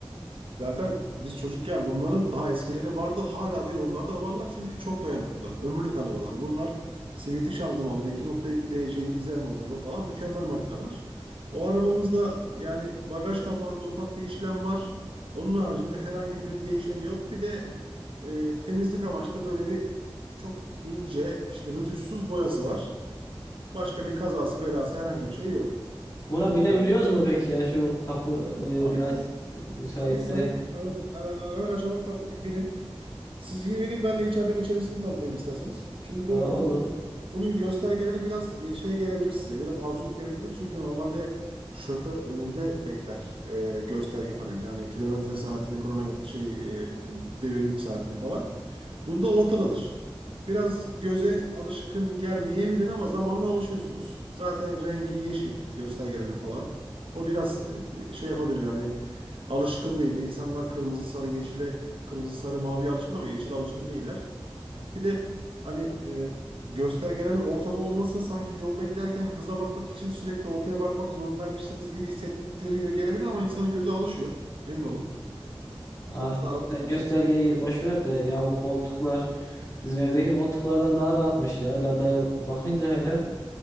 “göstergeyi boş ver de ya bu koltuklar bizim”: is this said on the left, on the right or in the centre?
Left